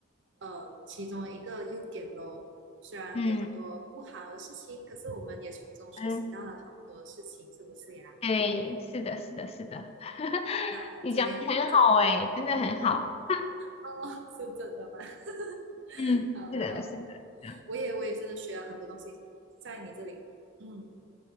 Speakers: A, on the right; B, on the left.
A: 呃其中一个优点咯。虽然有很多不好的事情，
B: 嗯
A: 可是我们也从中学习到了好多事情，
B: 嗯，
A: 是不是呀？
B: 对，是的，是的，是的，<laughs>
A: 那今天真的
B: 你讲的很好哎，真的很好。
A: 哦，<laughs> 是真的吗？<laughs>
B: 嗯，
A: 好了好了，
B: 是的，是的，是的，
A: 我也我也真的学了很多东西在你这里。嗯，